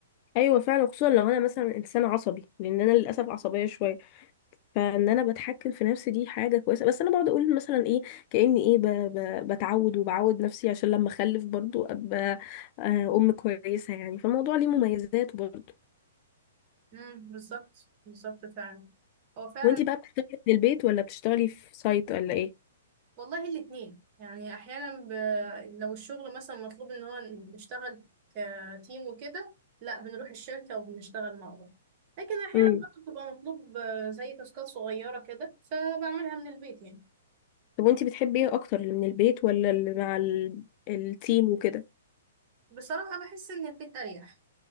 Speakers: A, on the left; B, on the right.
A: أيوة فعلا خصوصا لو أنا مثلا إنسان عصبي لأن أنا للأسف عصبية شوية فإن أنا بتحكم في نفسي دي حاجة كويسة بس أنا بقعد أقول مثلا إيه كأني إيه ب... ب... بتعود وبعود نفسي عشان لما أخلف برضو أبقى آه، أم كويسة يعني فالموضوع ليه مميزات برضو
B: امم بالظبط بالظبط فعلا هو فعلا
A: وأنتي بقى بتشتغلي من البيت ولا بتشتغلي في سايت ولا إيه؟
B: والله الاتنين يعني احيانا ب... لو الشغل مثلا مطلوب ان هو نشتغل كتيم وكده لا بنروح الشركة وبنشتغل مع بعض لكن احيانا
A: امم
B: برضه بتبقى مطلوب آه، زي تاسكات صغيرة كده فبعملها من البيت يعني
A: طب وأنتي بتحبي إيه أكتر اللي من البيت ولا اللي مع ال... التيم وكده؟
B: بصراحة بحس ان البيت اريح